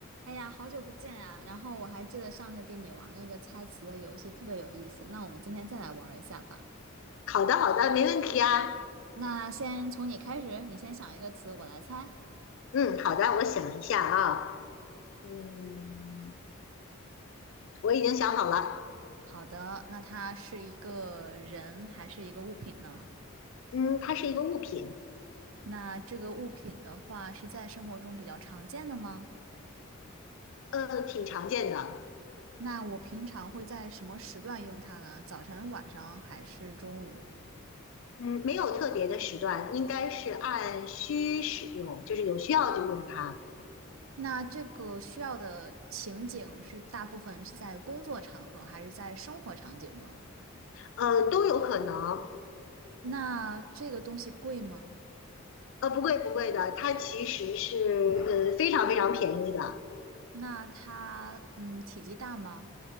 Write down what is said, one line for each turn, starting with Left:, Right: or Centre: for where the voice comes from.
Right: 哎呀，好久不见呀！然后我还记得上次跟你玩那个猜词的游戏，特别有意思。那我们今天再来玩一下吧。
Left: 好的，好的，没问题啊。
Right: 那先从你开始，你先想一个词，我来猜。
Left: 嗯，好的，我想一下啊。嗯，我已经想好了。
Right: 好的，那它是一个人还是一个物品呢？
Left: 嗯，它是一个物品，
Right: 那这个物品的话是在生活中比较常见的吗？
Left: 呃，挺常见的。
Right: 那我平常会在什么时段用它呢？早晨、晚上还是中午？
Left: 嗯，没有特别的时段，应该是按需使用，就是有需要就用它。
Right: 那这个需要的情景是大部分是在工作场合还是在生活场景中？
Left: 呃，都有可能。
Right: 那这个东西贵吗？
Left: 呃，不贵不贵的，它其实是呃非常非常便宜的，
Right: 那它嗯体积大吗？